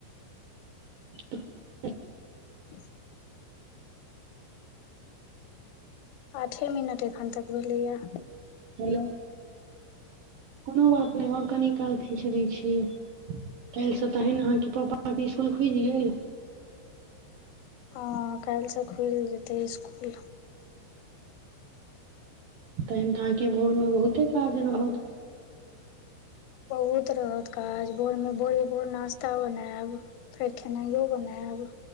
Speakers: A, on the right; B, on the left.
A: <inaudible>
B: ह आठे मिनट एखन तक भेलैए
A: हेलो कोनो बात नै आओर कनि काल खीच दय छियै काइल से तहेन अहाके पापा के स्कूल खुजि गेल
B: हँ काइलसँ खुल जेतै इसकुल
A: तहन तऽ अहाँके भोरमे बहुते काज रहत
B: बहुत रहत काज भोर मे भोरे भोर नास् त्ता बनायब फेर खेनाइयो बनायब